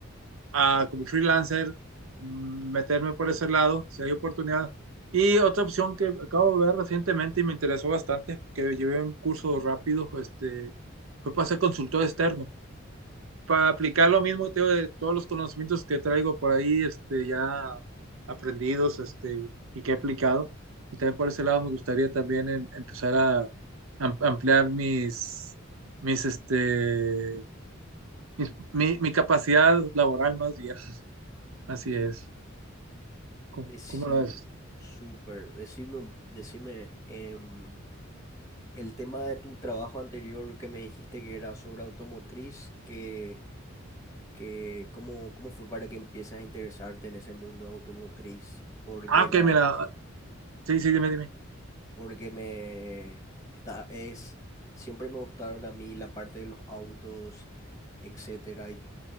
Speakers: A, on the right; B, on the left.
A: a, como freelancer, mm, meterme por ese lado, si hay oportunidad. Y otra opción que acabo de ver recientemente y me interesó bastante, que llevé un curso rápido, este, fue para ser consultor externo, para aplicar lo mismo te digo, de todos los conocimientos que traigo por ahí, este, ya aprendidos, este, y que he aplicado. Y también por ese lado me gustaría también em- empezar a am- ampliar mis, mis, este, mis- mi, mi capacidad laboral más bien. <laughs> Así es. ¿Cómo,
B: Decime,
A: cómo lo ves?
B: súper, decime, un- decime, em, el tema de tu trabajo anterior que me dijiste que era sobre automotriz, que, que ¿cómo, cómo fue para que empieces a interesarte en ese mundo automotriz? Porque
A: Ah, ok,
B: la,
A: mira. Sí, sí, dime, dime.
B: porque me, está, es, siempre me gustaron a mí la parte de los autos, etcétera, y